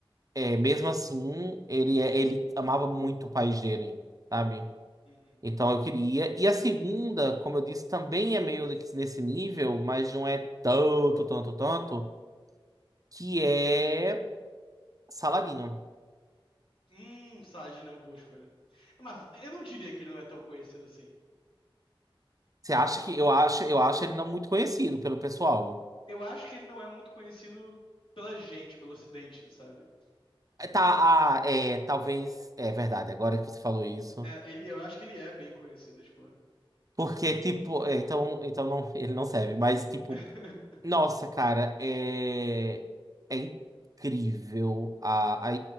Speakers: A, on the right; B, on the left.
A: é, mesmo assim, ele, é- ele amava muito o país dele, sabe?
B: É. Uhum.
A: Então eu queria. E a segunda, como eu disse, também é meio que nesse nível, mas não é tanto, tanto, tanto, que é Saladino.
B: Hum, Saad não é uma boa escolha. Mas eu não diria que ele não é tão conhecido assim.
A: Você acha que eu acho, eu acho ele não muito conhecido pelo pessoal.
B: Eu acho que ele não é muito conhecido pela gente, pelo ocidente, sabe?
A: É, Tá, ah, é, talvez é verdade, agora que você falou isso.
B: É, ele, eu acho que ele é bem conhecido, tipo.
A: Porque tipo, é, então, então não, ele não serve, mas tipo
B: <laughs>
A: Nossa, cara, é, é incrível. A, a-